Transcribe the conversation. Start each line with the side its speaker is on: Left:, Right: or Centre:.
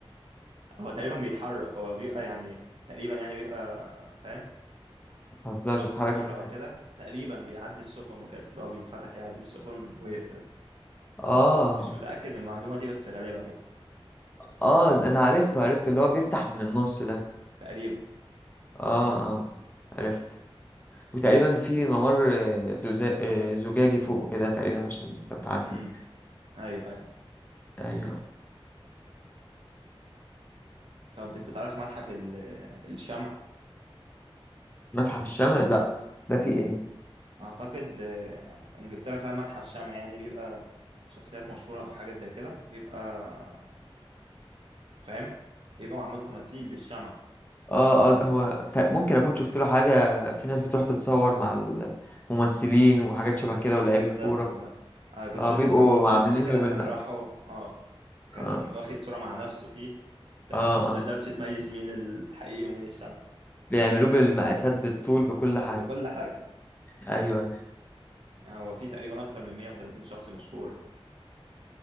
Right: هو تقريبا بيتحرك هو بيبقى يعني تقريبا يعني بيبقى فاهم
Left: بتهزرش
Right: في وسط
Left: بتحرك
Right: نهر
Left: ازاي
Right: او كده تقريبا بيعدي السفن وكده لو بيتفتح يعدي السفن ويقفل
Left: اه
Right: مش متأكد من المعلومة دي بس غالبا يعني
Left: اه انا عرفته عرفت اللي هو بيفتح من النص ده
Right: تقريبا
Left: اه
Right: امم
Left: اه عرفت وتقريبا في ممر آه، زجا- آه، زجاجي فوق كده تقريبا عشان تعدي
Right: امم ايوه ايوه
Left: ايوه
Right: طب انت تعرف متحف ال- الشمع
Left: متحف الشمع لا ده في ايه
Right: اعتقد آه، انجلترا فيها متحف شمع يعني بيبقى شخصيات مشهورة او حاجة زي كده بيبقى فاهم بيبقى معمول تماثيل بالشمع
Left: اه اه ده هو ت- ممكن اكون شفت له حاجه في ناس بتروح تتصور مع الممثلين وحاجات شبه كده ولاعيبه
Right: بالظبط
Left: كوره
Right: بالظبط انا كنت
Left: اه
Right: شفت
Left: بيبقوا
Right: محمد صلاح
Left: عاملين
Right: قبل كده
Left: له بالم
Right: كان راحوا اه كان
Left: اه
Right: واخد صورة مع نفسه فيه <laughs>
Left: اه
Right: ما
Left: اه
Right: تقدرش تميز مين الحقيقي ومين الشمع
Left: بيعملوه بالمقاسات بالطول بكل حاجه
Right: بكل حاجة
Left: ايوه
Right: آه، هو في تقريبا أكتر من 130 شخص مشهور